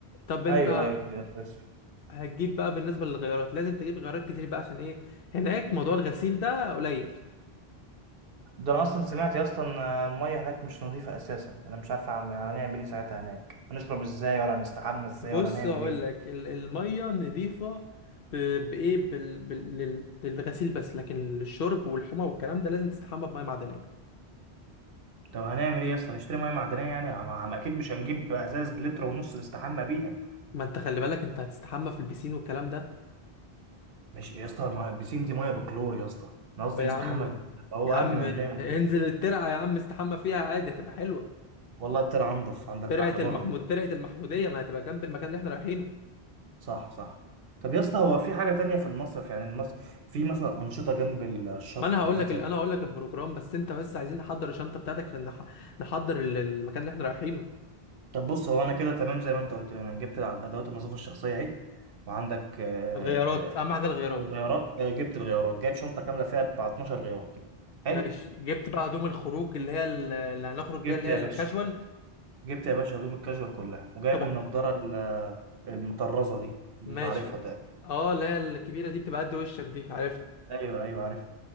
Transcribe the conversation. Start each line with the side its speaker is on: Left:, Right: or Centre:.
Left: طب انت
Right: ايوه ايوه دي اساس
Left: هتجيب بقى بالنسبة للغيارات لازم تجيب غيارات كتير بقى عشان ايه هناك موضوع الغسيل ده قليل
Right: ده انا اصلا سمعت يا اسطى ان الميه هناك مش نظيفه اساسا انا مش عارف هعم- هنعمل ايه ساعتها هناك هنشرب ازاي ولا هنستحمى ازاي
Left: بص
Right: ولا هنعمل
Left: هقول
Right: ايه
Left: لك ال- المية نضيفة ب- بإيه بال... بال... لل- للغسيل بس لكن للشرب والحمى والكلام ده لازم تستحمى بمية معدنية
Right: طب هنعمل ايه يا اسطى هنشتري ميه معدنيه يعني عم عم اكيد مش هنجيب ازاز لتر ونص نستحمى بيها
Left: ما انت خلي بالك انت هتستحمى في البسين والكلام ده
Right: ماشي يا اسطى الميه البسين دي ميه بكلور يا اسطى انا قصدي
Left: طب يا
Right: نستحمى
Left: عم
Right: في بيتنا فهو
Left: يا
Right: قبل
Left: عم
Right: ما ننام وكده
Left: انزل الترعة يا عم استحمى فيها عادي هتبقى حلوة
Right: والله طلع انضف عندك
Left: ترعة
Right: حق برضه
Left: المحمود ترعة المحمودية ما هتبقى جنب المكان اللي احنا رايحينه
Right: صح صح طب يا اسطى هو في حاجه تانية في المصيف يعني المصيف في مثلا انشطه جنب الشط
Left: ما انا هقول
Right: وحاجات
Left: لك
Right: زي
Left: ال- انا هقول لك البروجرام بس انت بس عايزين نحضر الشنطه بتاعتك عشان نح- نحضر ال- المكان اللي احنا رايحينه
Right: طب بص هو انا كده تمام زي ما انت قلت لي انا جبت الع- ادوات النظافه الشخصيه اهي وعندك آه،
Left: الغيارات اهم حاجه الغيارات
Right: الغيارات آه، جبت الغيارات جايب شنطه كامله فيها بتاع 12 غيار حلو
Left: ماشي جبت بقى هدوم الخروج اللي هي ال- اللي هنخرج بيها
Right: جبت
Left: اللي هي
Right: يا
Left: الكاجوال
Right: باشا جبت يا باشا هدوم الكاجوال كلها وجايب
Left: طبعا
Right: النضاره ال- المطرزه دي اللي
Left: ماشي
Right: انت عارفها تقريبا
Left: اه اللي هي الكبيره دي بتبقى قد وشك دي عارفها
Right: ايوه ايوه عارف